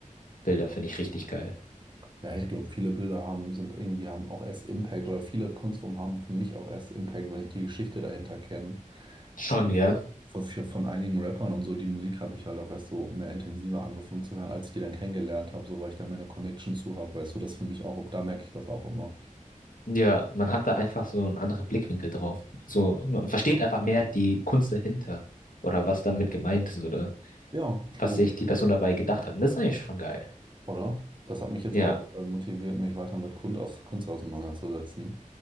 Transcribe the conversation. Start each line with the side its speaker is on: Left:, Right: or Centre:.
Left: Bilder finde ich richtig geil.
Right: Ja, ich glaube, viele Bilder haben, sind irgendwie, haben auch erst Impact oder viele Kunstformen haben für mich auch erst Impact, wenn ich die Geschichte dahinter kenne.
Left: Schon,
Right: Viel,
Left: ja.
Right: von, von einigen Rappern und so, die Musik habe ich halt auch erst so mehr intensiver angefangen zu hören, als ich die dann kennengelernt habe, so weil ich da meine Connection zu habe, weißt du, das für mich auch, da merke ich das auch immer.
Left: Ja, man hat da einfach so einen anderen Blickwinkel drauf. So, man versteht einfach mehr die Kunst dahinter. Oder was damit gemeint ist. Oder
Right: Ja,
Left: was
Right: true.
Left: sich die Person dabei gedacht hat. Und das ist eigentlich schon geil.
Right: Oder? Das hat mich jetzt
Left: Ja.
Right: auch äh, motiviert, mich weiter mit Kunst, aus, Kunst auseinanderzusetzen.